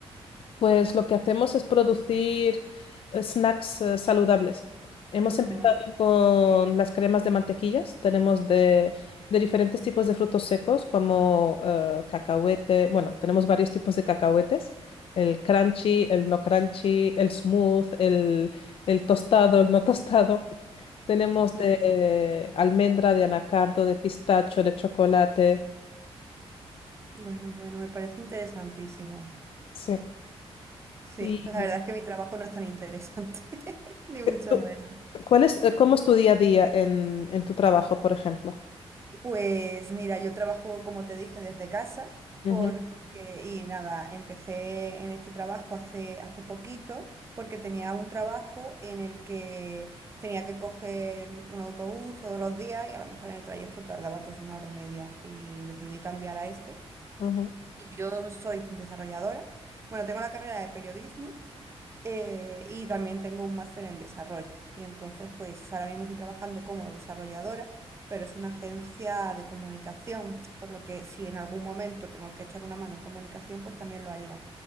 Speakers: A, on the left; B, on the right.
A: Pues lo que hacemos es producir eh, snacks eh, saludables. Hemos
B: Ajá.
A: empezado con las cremas de mantequillas. Tenemos de, de diferentes tipos de frutos secos como eh, cacahuete. Bueno, tenemos varios tipos de cacahuetes. El crunchy, el no crunchy, el smooth, el, el tostado, el no tostado. Tenemos
B: <laughs>
A: de eh, almendra, de anacardo, de pistacho, de chocolate.
B: Bueno, bueno, me parece interesantísimo.
A: Sí.
B: Sí,
A: ¿Y
B: la verdad es que mi trabajo no es tan interesante, <laughs> ni mucho
A: tú-
B: menos.
A: cuál es, eh, cómo es tu día a día en, en tu trabajo, por ejemplo?
B: Pues mira, yo trabajo, como te dije, desde casa,
A: Ujú,
B: porque, y nada, empecé en este trabajo hace, hace poquito, porque tenía un trabajo en el que tenía que coger un autobús todos los días y a lo mejor en el trayecto tardaba pues una hora y media y decidí cambiar a este.
A: ujú,
B: Y yo soy desarrolladora. Bueno, tengo la carrera de periodismo. eh, y también tengo un máster en desarrollo. Y entonces, pues ahora mismo estoy trabajando como desarrolladora, pero es una agencia de comunicación, por lo que si en algún momento tengo que echar una mano en comunicación, pues también lo haría.